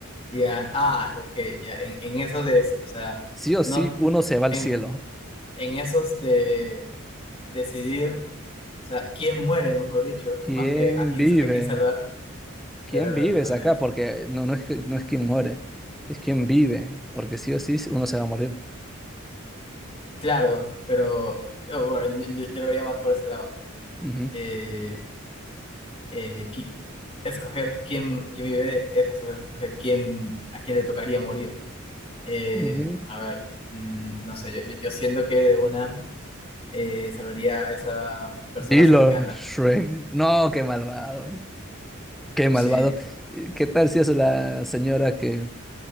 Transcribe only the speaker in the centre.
Sí o
sí, uno se va al
cielo.
¿Quién
vive?
¿Quién
vives acá?
Porque no, no es, que- no es quien muere, es quien vive, porque sí o sí sí, uno se va a morir.
Ujú.
Ujú.
Dilo,
Shrek. No, qué malvado. Qué malvado.
Eh, ¿Qué tal si es la señora que,